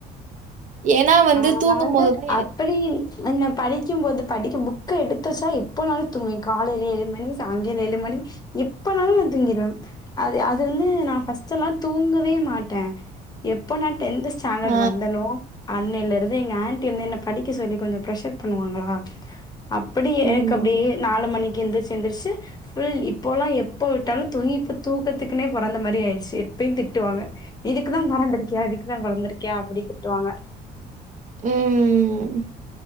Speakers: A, on the right; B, on the left.
A: ஏன்னா வந்து
B: ஆ
A: தூங்கும்
B: நா வந்து
A: போதுதா
B: அப்டி இ என்ன படிக்கும்போது படிக்க புக்க எடுத்த வச்சா எப்போனாலு தூங்குவே காலையில ஏழுமணி சாய்ங்காலோ ஏழுமணி இப்பனாலு நா தூங்கிருவ அது அது வந்து நா ஃபஸ்ட் எல்லா தூங்கவே மாட்டே எப்ப நா டென்த் ஸ்டாண்டட்
A: ஆ
B: வந்தனோ அன்னையில இருந்து எங்க ஆன்டி வந்து என்ன படிக்க சொல்லி கொஞ்ச ப்ரெஷர் பண்ணுவாங்களா அப்டி
A: ம்
B: எனக்கு அப்டியே நாலு மணிக்கு எந்துருச்சு எந்துருச்சு ஃபுல் இப்போலா எப்போ விட்டாலு தூங்கி இப்ப தூக்கத்துக்குன்னே பொறந்த மாரி ஆயிருச்சு எப்பயு திட்டுவாங்க இதுக்கு தா பொறந்திருக்கியா இதுக்கு தா பொறந்திருக்கியா அப்டி திட்டுவாங்க
A: ம் ம்